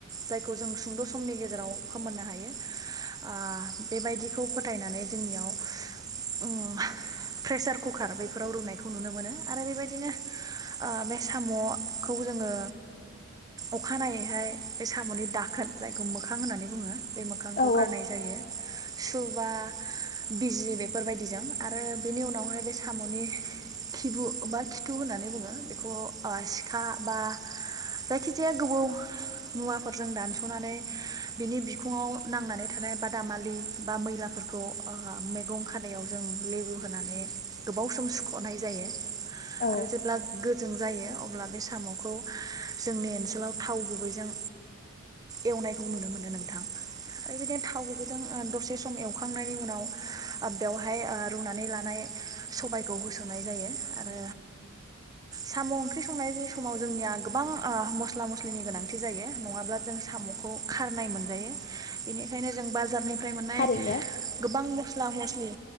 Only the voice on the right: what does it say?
जायखौ जों सुंद समनि गेजेराव फोमोननो हायो ओ बेबायदिखौ फोथायनानै जोंनियाव उम प्रेसार कुकार बेफोराव रुनायखौ नुनो मोनो ओम आरो बेबायदिनो ओ बे साम'खौ जोङो अखानायैहाय बे साम'नि दाखोन जायखौ मोखां होननानै बुङो। बे मोखांखौ
गारनाय जायो। सुबा बिजि बेफोरबायदिजों आरो बिनि उनावहाय बे साम'नि खिबु बा खिथु होननानै बुङो। बेखौ ओ सिखा बा जायखिजाया गोबौ मुवाफोरजों दानसनानै बिनि बिखङाव नांनानै थानाय बादामालि बा मैलाफोरखौ ओ मैगं खादायाव जों लेबु होनानै गोबाव सम सुखनाय जायो।
आरो जेब्ला गो बे जायो अब्ला बे सामखौ जोंनि ओनसोलाव थाव गुबैजों एवनायखौ नुनो मोनो नोंथां ओरो बिदिनो थाव गुबैजों दसे सम एवखांनायनि उनाव बेवहाय ओ रुनानै लानाय सबायखौ होसोननाय जायो आरो साम' ओंख्रि संनाय समाव जोंनिया गोबां मस्ला मस्लिनि गोनांथि जायो नङाब्ला जों सामखौ खारनाय मोनजायो बेनिखायनो जों बाजारनि फ्राय मोननाय
गोबां मस्ल मस्ला मस्लि